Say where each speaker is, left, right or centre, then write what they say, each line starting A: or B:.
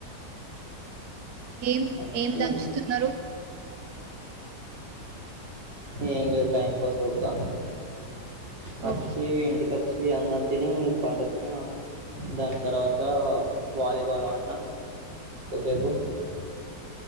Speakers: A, on the right; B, on the right.
A: ఏం
B: వచ్చి
A: ఏం దంచుతున్నారు
B: ఏం లేదు టైం పాస్ కొడతాను వచ్చి
A: ఓ
B: ఇంటి కొచ్చి అన్నం తిని పండుకున దాని తర్వాత వాలీబాల్ ఆడిన కోసేపు <inaudible>